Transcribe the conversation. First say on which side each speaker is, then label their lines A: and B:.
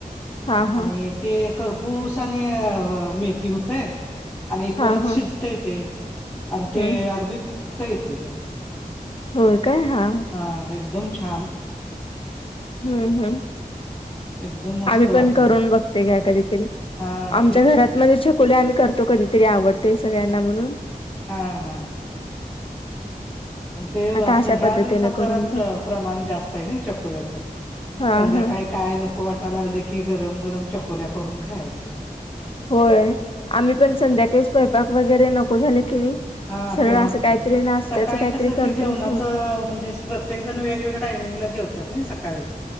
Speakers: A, on the left (about 35°); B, on the left (about 15°).
A: हा हा
B: आणि ते करपूस आणि मेथी होतय. आणि परत
A: हा हा
B: शिजत येते आणि ते
A: हम्म
B: अगदी कष्ट येते त्याला.
A: होय काय हा.
B: हां एकदम छान.
A: हम्म हम्म.
B: एकदम मस्त
A: आम्ही
B: वाटते
A: पण करून बघते घ्या कधीतरी
B: हा
A: आमच्या
B: तेच की
A: घरात म्हण खुले आम्ही करतो कधीतरी आवडतेय सगळ्यांना म्हणून.
B: हा हा. ते
A: आता
B: असं
A: अशा
B: ह्या
A: पद्धतीने
B: दिवसात
A: करून
B: जरा
A: बघ
B: प्रमाण जास्त आहे ना चकोल्याचं.
A: हा
B: संध्याकाळी
A: हा
B: काय नको वाटयला लागलं की गरम गरम चकोल्या करून खायच.
A: होय आम्ही पण संध्याकाळी स् पयपाक वगैरे नको झाले की नाही.
B: हा
A: सरळ
B: तेव्हाच
A: असं काहीतरी
B: के
A: नाश्त्याचं
B: सकाळी
A: काहीतरी
B: कस
A: करतो
B: ते जेवणाच
A: असं होतं.
B: म्हणजे प्रत्येक जण वेगवेगळ्या टायमिंगला जेवतात नाही सकाळी.